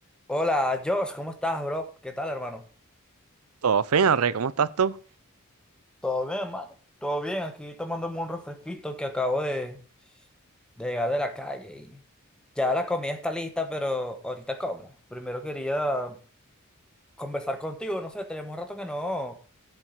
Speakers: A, in the centre; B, on the right (about 75°).
A: Hola, Josh, ¿cómo estás, bro? ¿Qué tal, hermano?
B: Todo fino, Rey, ¿cómo estás tú?
A: Todo bien, hermano. Todo bien, aquí tomándome un refresquito que acabo de, de llegar de la calle y ya la comida está lista, pero ahorita como. Primero quería conversar contigo, no sé, tenemos rato que no,